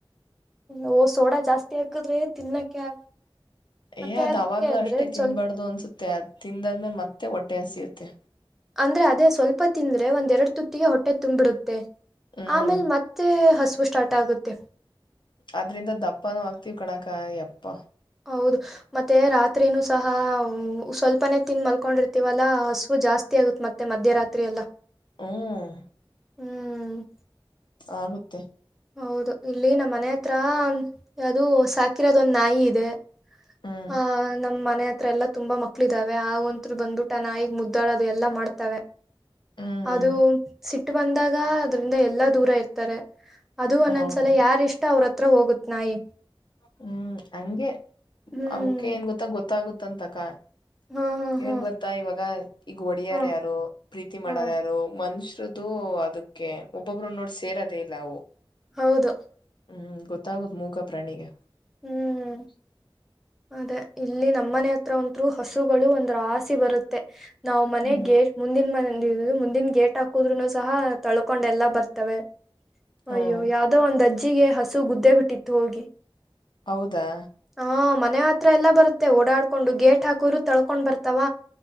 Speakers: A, in the centre; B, on the left.
A: ಓ ಸೋಡಾ ಜಾಸ್ತಿ ಹಾಕದ್ರೆ ತಿನ್ನಕ್ಕೆ ಆಗ
B: ಏ
A: ಮತ್ತೆ
B: ಅದ್ ಅವಾಗ
A: ಹೆಂಗೆ ಅಂದ್ರೆ
B: ಅಷ್ಟೇ
A: ಒಂದ್
B: ತಿನ್ಬಾರ್ದು
A: ಸ್ವಲ್ಪ
B: ಅನ್ಸುತ್ತೆ ಅ ತಿಂದಾದ್ಮೇಲೆ ಮತ್ತೆ ಹೊಟ್ಟೆ ಹ ಸಿಯುತ್ತೆ
A: ಅಂದ್ರೆ ಅದೇ ಸ್ವಲ್ಪ ತಿಂದ್ರೆ ಒಂದ್ ಎರಡ್ ತುತ್ತಿಗೆ ಹೊಟ್ಟೆ ತುಂಬಿಡುತ್ತೆ
B: ಹ್ಮ್
A: ಆಮೇಲ್ ಮತ್ ಮತ್ತೆ ಹಸವು ಸ್ಟಾರ್ಟ್ ಆಗುತ್ತೆ
B: ಅದ್ರಿಂದ ದಪ್ಪಾನೂ ಆಗ್ತಿವ್ ಕಣಕ ಎಪ್ಪ
A: ಹೌದು ಮತ್ತೆ ರಾತ್ರಿನೂ ಸಹ ಸ್ವಲ್ಪನೆ ತಿನ್ ಮಲ್ಕೊಂಡಿರ್ತಿವಲ್ಲಾ ಹಸು ಜಾಸ್ತಿ ಆಗತ್ ಮತ್ತೆ ಮತ್ತೆ ಮಧ್ಯರಾತ್ರಿ ಎಲ್ಲ
B: ಹ್ಮ್
A: ಹ್ಮ್
B: ಆಗುತ್ತೆ
A: ಹೌದು ಇಲ್ಲಿ ನಮ್ಮ್ ಮನೆ ಹತ್ರ ಯಾವ್ದೂ ಸಾಕಿರೋದ ಒಂದ್ ನಾಯಿ ಇದೆ
B: ಹ್ಮ್
A: ಹ ನಮ್ಮ್ ಮನೆ ಹತ್ರ ಎಲ್ಲ ತುಂಬಾ ಮಕ್ಳ ಇದಾವೆ ಆ ಒಂತ್ರು ಬಂದ್ಬಿಟ್ಟ ನಾಯಗ್ ಮುದ್ದಾಡೋದು ಎಲ್ಲಾ ಮಾಡ್ತವೆ
B: ಹ್ಮ್
A: ಅದು ಸಿಟ್ಟ ಬಂದಾಗ ಅದ್ರಿಂದ ಎಲ್ಲಾ ದೂರ ಇರ್ತಾರೆ ಅದು ಒಂದೊಂದ್ಸಲ
B: ಹೌದಾ
A: ಯಾರ ಇಷ್ಟ ಅವ್ರತ್ರ ಹೋಗುತ್ ನಾಯಿ
B: ಹ್ಮ್ ಹಂಗೆ
A: ಹ್ಮ್
B: ಅವಕ ಏನ್ ಗೊತ್ತ ಗೊತ್ತಾಗುತ್ತಂತಕ
A: ಹಾ ಹಾ ಹಾ
B: ಏನ್ ಗೊತ್ತಾ ಇವಾಗ ಈಗ ಹೊಡ್ಯಾರ
A: ಹಾ
B: ಯಾರು ಪ್ರೀತಿ ಮಾಡಾರ
A: ಹಾ
B: ಯಾರು ಮನ್ಷರುದು ಅದಕ್ಕೆ ಒಬ್ಬೊಬ್ರು ನೋಡ್ ಸೇರದೇ ಇಲ್ಲ ಅವು
A: ಹೌದು
B: ಹ್ಮ್ ಗೊತ್ತಾಗುತ್ತುದು ಮೂಕ ಪ್ರಾಣಿಗೆ
A: ಹ್ಮ್
B: ಹಾ
A: ಅದೇ ಇಲ್ಲಿ ನಮ್ಮನೆ ಹತ್ರ ಒಂತ್ ಹಸುಗಳು ಒಂದ ಆಸಿ ಬರುತ್ತೆ ನಾವು ಮನೆ
B: ಹ್ಮ್
A: ಗೇಟ್ ಮುಂದಿನ ಮನ ಮುಂದಿನ ಗೇಟ್ ಹಾಕುದ್ರುನು ಸಹ ತಳ್ಕೊಂಡೆಲ್ಲಾ ಬರ್ತವೆ
B: ಹ್ಮ್
A: ಅಯ್ಯೋ ಯಾವ್ದೋ ಒಂದ್ ಅಜ್ಜಿಗೆ ಹಸು ಗುದ್ದೆ ಬಿಟ್ಟಿತ್ತು ಹೋಗಿ
B: ಹೌದಾ
A: ಹಾ ಮನೆ ಹತ್ರ ಎಲ್ಲಾ ಬರುತ್ತೆ ಓಡಾಡ್ಕೊಂಡು ಗೇಟ್ ಹಾಕ್ರು ತಳ್ಕೊಂಡ್ ಬರ್ತಾವ